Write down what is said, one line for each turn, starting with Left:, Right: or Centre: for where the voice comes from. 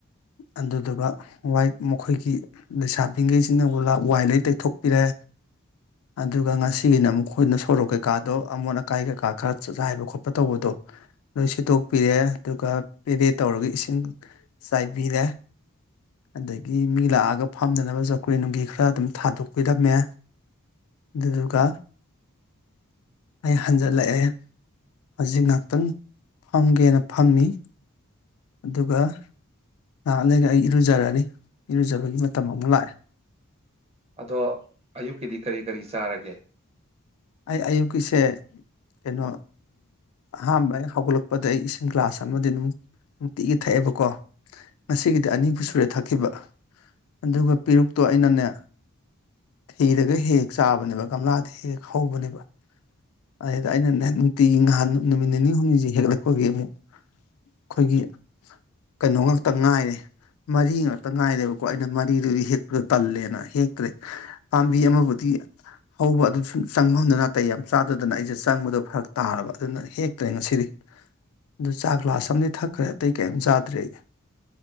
Left: ꯑꯗꯨꯗꯨꯒ ꯋꯥꯏ ꯃꯈꯣꯏꯒꯤ ꯂꯩꯁꯥꯕꯤꯈꯩꯁꯤꯡꯅꯕꯨ ꯋꯥꯏ ꯂꯣꯏ ꯇꯩꯊꯣꯛꯄꯤꯔꯦ ꯑꯗꯨꯒ ꯉꯁꯤꯒꯤꯅ ꯃꯈꯣꯏꯅ ꯁꯣꯔꯣꯛ ꯀꯩꯀꯥꯗꯣ ꯑꯃꯣꯠ ꯑꯀꯥꯏ ꯀꯩꯀꯥ ꯈꯔ ꯆꯥꯎꯕ ꯈꯣꯠꯄ ꯇꯧꯕꯗꯣ ꯂꯣꯏ ꯁꯤꯠꯇꯣꯛꯄꯤꯔꯦ ꯑꯗꯨꯒ ꯄꯦꯔꯦ ꯇꯧꯔꯒ ꯏꯁꯤꯡ ꯆꯥꯏꯕꯤꯔꯦ ꯑꯗꯒꯤ ꯃꯤ ꯂꯥꯛꯑꯒ ꯐꯝꯅꯅꯕ ꯆꯧꯀ꯭ꯔꯤ ꯅꯨꯡꯒꯤ ꯈꯔ ꯑꯗꯨꯝ ꯊꯥꯗꯣꯛꯄꯤꯔꯝꯃꯦ ꯑꯗꯨꯗꯨꯒ ꯑꯩ ꯍꯟꯖꯜꯂꯛꯑꯦ ꯍꯧꯖꯤꯛ ꯉꯍꯥꯛꯇꯪ ꯐꯝꯒꯦꯅ ꯐꯝꯃꯤ ꯑꯗꯨꯒ ꯅꯍꯥꯟ ꯂꯩꯒ ꯑꯩ ꯏꯔꯨꯖꯔꯅꯤ ꯏꯔꯨꯖꯕꯒꯤ ꯃꯇꯝ ꯑꯃ ꯂꯥꯛꯑꯦ
Right: ꯑꯗꯣ ꯑꯌꯨꯛꯀꯤꯗꯤ ꯀꯔꯤ ꯀꯔꯤ ꯆꯥꯔꯒꯦ
Left: ꯑꯩ ꯑꯌꯨ ꯀꯁꯦ ꯀꯩꯅꯣ ꯑꯍꯥꯟꯕ ꯑꯩ ꯍꯧꯒꯠꯂꯛꯄꯗ ꯑꯩ ꯏꯁꯤꯡ ꯒ꯭ꯂꯥꯁ ꯑꯃꯗꯤ ꯑꯗꯨꯝ ꯅꯨꯡꯇꯤꯛꯒ ꯊꯛꯑꯦꯕꯀꯣ ꯉꯁꯤꯒꯤꯗꯤ ꯑꯅꯤꯕꯨ ꯁꯨꯔꯦ ꯊꯛꯈꯤꯕ ꯑꯗꯨꯒ ꯄꯦꯔꯨꯛꯇꯣ ꯑꯩꯅꯅꯦ ꯊꯤꯔꯒ ꯍꯦꯛ ꯍꯦꯛ ꯆꯥꯕꯅꯦꯕ ꯒꯝꯂꯥꯗ ꯍꯦꯛ ꯍꯦꯛ ꯍꯧꯕꯅꯦꯕ ꯑꯗꯨꯗꯗ ꯑꯩꯅ ꯅꯨꯡꯇꯤꯒꯤ ꯅꯍꯥꯟ ꯅꯨꯃꯤꯠ ꯅꯤꯅꯤ ꯍꯨꯝꯅꯤꯁꯦ ꯍꯦꯛꯂꯛꯄꯒꯤ ꯑꯃꯨꯛ ꯑꯩꯈꯣꯏꯒꯤ ꯀꯩꯅꯣ ꯉꯥꯛꯇ ꯉꯥꯏꯔꯦ ꯃꯔꯤ ꯉꯥꯛꯇ ꯉꯥꯏꯔꯦꯕꯀꯣ ꯑꯩꯅ ꯃꯔꯤꯗꯨꯗꯤ ꯍꯦꯛꯄꯗ ꯇꯜꯂꯦꯅ ꯍꯦꯛꯇ꯭ꯔꯦ ꯄꯥꯝꯕꯤ ꯑꯃꯕꯨꯗꯤ ꯍꯧꯕ ꯑꯗꯨꯁꯨ ꯆꯪꯐꯝꯗ ꯅꯥꯇꯩ ꯌꯥꯝ ꯆꯥꯗꯗꯅ ꯑꯩꯁꯦ ꯆꯪꯕꯗꯣ ꯐꯔꯛ ꯇꯥꯔꯕ ꯑꯗꯨꯅ ꯍꯦꯛꯇ꯭ꯔꯦ ꯉꯁꯤꯗꯤ ꯑꯗꯨ ꯆꯥ ꯒ꯭ꯂꯥꯁ ꯑ ꯊꯛꯈ꯭ꯔꯦ ꯑꯇꯩ ꯀꯔꯤꯝ ꯆꯥꯗ꯭ꯔꯦ ꯑꯩ